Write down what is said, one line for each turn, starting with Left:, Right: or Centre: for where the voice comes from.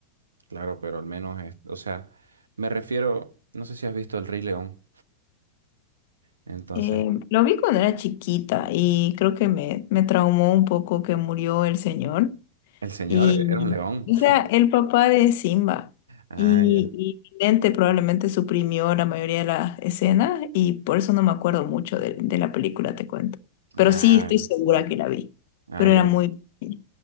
Right: Claro, pero al menos es, o sea, me refiero, no sé si has visto El Rey León. <laughs> Entonces,
Left: Eh, lo vi cuando era chiquita y creo que me, me traumó un poco que murió el señor.
Right: el señor
Left: Y,
Right: era un león.
Left: o sea, el papá de Simba.
Right: Ah,
Left: Y,
Right: ya.
Left: y mi mente probablemente suprimió la mayoría de las escenas y por eso no me acuerdo mucho de, de la película, te cuento.
Right: Ah,
Left: Pero sí estoy segura que la vi.
Right: ah,
Left: Pero
Right: ya.
Left: era muy... pequeña.